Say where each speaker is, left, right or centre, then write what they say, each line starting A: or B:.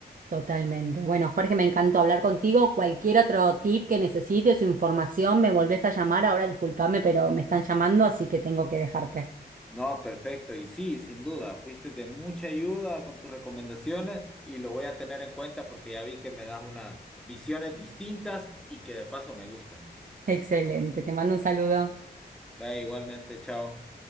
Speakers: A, on the right (about 50°); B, in the centre.
A: Totalmente. Bueno, Jorge, me encantó hablar contigo. Cualquier otro tip que necesites o información, me volvés a llamar. Ahora discúlpame, pero me están llamando, así que tengo que dejarte.
B: No, perfecto. Y sí, sin duda, fuiste de mucha ayuda con tus recomendaciones y lo voy a tener en cuenta porque ya vi que me das unas visiones distintas y que de paso me gustan.
A: Excelente. Te mando un saludo.
B: Vaya, igualmente, chao.